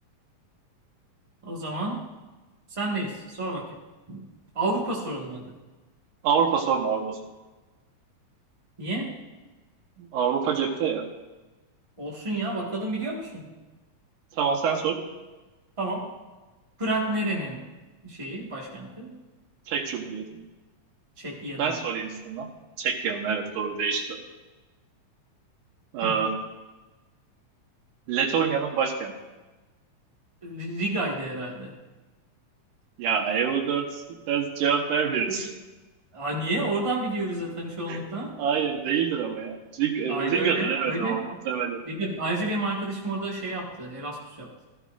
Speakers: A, on the right; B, on the right.
A: O zaman sen neyiz? Sor bakayım. Avrupa soralım hadi.
B: <laughs> Avrupa sorma Avrupa sorma.
A: Niye?
B: Avrupa cepte ya.
A: Olsun ya bakalım biliyor musun?
B: Tamam sen sor.
A: Tamam. Prag nerenin şeyi, başkenti?
B: Çek Cumhuriyeti.
A: Çekya'nın.
B: Ben sorayım sana. Çekya'nın evet doğru değişti. o. Ee,
A: Hı.
B: Letonya'nın başkenti.
A: R- Riga'ydı herhalde.
B: Ya Evo 4 ders cevap vermiyoruz.
A: Aa, niye? Oradan biliyoruz zaten çoğunlukla.
B: <laughs> Hayır değildir ama ya. Rig-
A: Hayır
B: Riga'dır
A: öyle,
B: evet
A: öyle.
B: ama muhtemelen.
A: Riga, ayrıca benim arkadaşım orada şey yaptı, Erasmus yaptı.